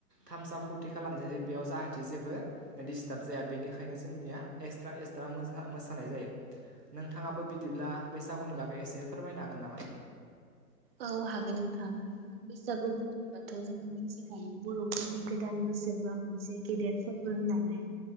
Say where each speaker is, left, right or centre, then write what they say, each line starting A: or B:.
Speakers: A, on the right (about 80°); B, on the right (about 40°).
A: थामसा फुरथि खालामनाय जायो बेयाव जाहाथे जेबो डिस्टार्ब जाया बेनिखायनो जोंनिया एक्सट्रा एक्सट्रा मो मोसानाय जायो नोंथाङाबो बिदिब्ला बैसागुनि बागै एसे फोरमायनो हागोन नामा
B: औ हागोन नोंथां बैसागु बुङोबाथ' जोङो मिथिखायो बर'फोरनि गोदान बोसोरबा मोनसे गेदेर फोरबो होननानै